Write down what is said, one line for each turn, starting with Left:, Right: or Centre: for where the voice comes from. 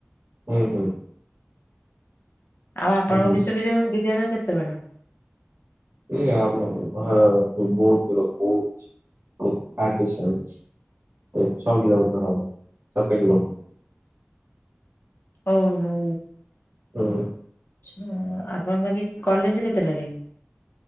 Right: ହୁଁ ହୁଁ।
Left: ଆଉ ଆପଣଙ୍କ
Right: ହୁଁ।
Left: ବିଶ୍ଵ ବି ବିଦ୍ୟାଳୟ କେତେବେଳେ?
Right: ଏ ଆମ ଘର ବହୁତ ଦୂର ବହୁତ୍ <unintelligible> ଛଅ କିଲୋମିଟର ହବ ସାତ କିଲୋମିର
Left: ଓ ହୋ।
Right: ହୁଁ।
Left: ଛା ଆପଣଙ୍କ ବାକି କଲେଜ କେତେଟା ରେ?